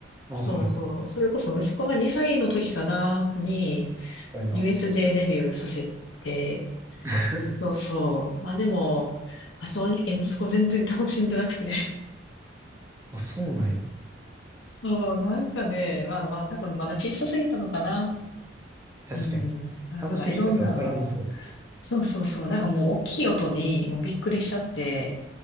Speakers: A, on the right; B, on the left.
A: あ、
B: そうそう、
A: はい。み
B: それこそ息子が2歳の時かな、に
A: たいな。
B: USJ デビューさせて、
A: <laughs>
B: そうそう、まあでも、まあ正直息子全然楽しんでなくて
A: あ、そうなんや。
B: そう、なんかね、まあまあ、多分まだ小さすぎたのかな。
A: 確かに。
B: うん。だからいろんな、
A: 楽しみ方わからねそう。
B: そうそうそう、なんかもう大きい音にもうびっくりしちゃって、